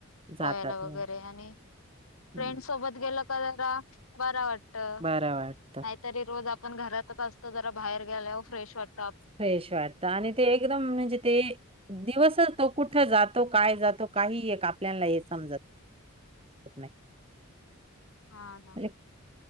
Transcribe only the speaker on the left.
पयाला वगैरे आणि फ्रेंड
सोबत गेलं जरा बरा वाटत
नाहीतरी रोज आप पण घरातच असत जरा बाहेर गेल्यावर फ्रेश वाट
हा हा.